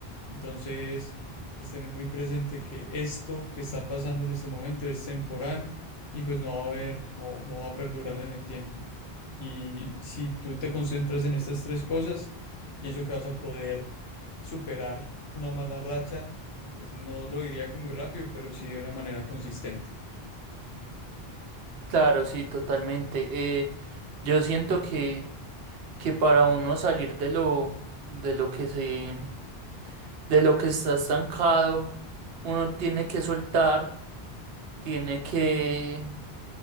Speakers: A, on the left (about 80°); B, on the right (about 70°).
A: Entonces, pues tener muy presente que esto que está pasando en este momento es temporal y pues no va a haber, no, no va a perdurar en el tiempo. Y si tú te concentras en estas tres cosas, pienso que vas a poder superar una mala racha. Pues no lo diría que muy rápido, pero sí de una manera consistente.
B: claro, sí, totalmente. Eh, yo siento que, que para uno salir de lo, de lo que se, de lo que está estancado, Uno tiene que soltar, tiene que